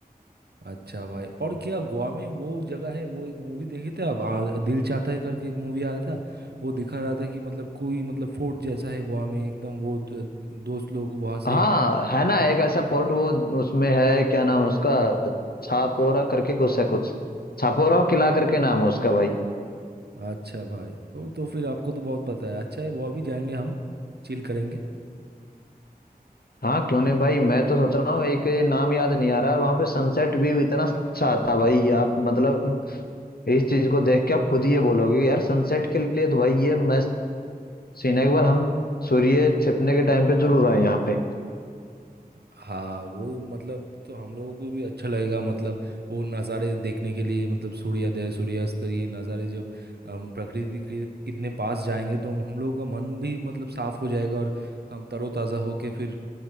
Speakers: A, on the right; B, on the left.
A: अच्छा भाई और क्या गोवा में वो जगह है वो एक मूवी देखे थे आप आ, दिल चाहता है करके एक मूवी आया था वो दिखा रहा था कि मतलब कोई मतलब फोर्ट जैसा है गोवा में एकदम वो अ, दोस्त लोग वहां
B: हाँ
A: से हम्म।
B: है ना एक ऐसा पोर्ट वो उसमें है क्या नाम है उसका छापोरा करके कुछ है कुछ छापोरा और किला करके नाम है उसका भाई
A: अच्छा भाई वो तो फिर आपको तो बहुत पता है अच्छा है गोवा भी जाएंगे हम चिल करेंगे
B: हाँ क्यों नहीं भाई मैं तो सोच रहा हूँ एक ये नाम याद नहीं आ रहा और वहां पे सनसेट भी इतना अच्छा आता है भाई आप मतलब इस चीज को देख के आप खुद ही ये बोलोगे कि यार सनसेट के लिए तो भाई ये मस्त सीन है एक बार हम सूर्य छिपने के टाइम पे जरूर आए यहाँ पे
A: हाँ वो मतलब तो हम लोगों को भी अच्छा लगेगा मतलब वो नज़ारे देखने के लिए मतलब सूर्योदय सूर्यास्त ये नज़ारे जब हम प्रकृति के इतने पास जाएंगे तो हम लोगों का मन भी मतलब साफ हो जाएगा और हम तरोताज़ा होके फिर